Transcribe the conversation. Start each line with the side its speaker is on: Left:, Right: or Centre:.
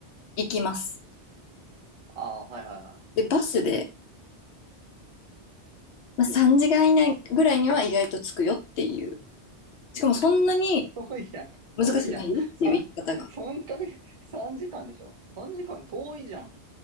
Left: 行きます
Right: ああ、はいはいはい。
Left: でバスで、まあ、3時間以内ぐらいには意外と着くよっていうしかもそんなに
Right: 遠いやん。
Left: 難しくないよっていう言い方が。
Right: 遠いやん。三、三ヶ月、三時間でしょ ?3 時間遠いじゃん。